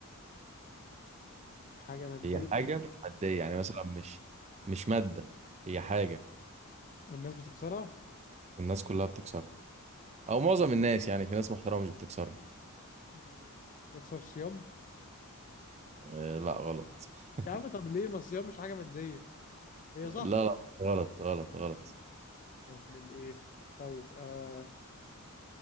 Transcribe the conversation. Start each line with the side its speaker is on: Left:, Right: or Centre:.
Left: حاجة مادية
Right: هي حاجة مش مادية يعني مثلا مش مش مادة هي حاجة
Left: والناس بتكسرها
Right: الناس كلها بتكسرها او معظم الناس يعني في ناس محترمة مش بتكسرها
Left: مم، نكسر صيام
Right: آه لا غلط <laughs>
Left: يا عم طب ليه ما الصيام مش حاجة مادية هي
Right: لا
Left: صح
Right: لا غلط غلط غلط
Left: يا ابن الايه طيب آه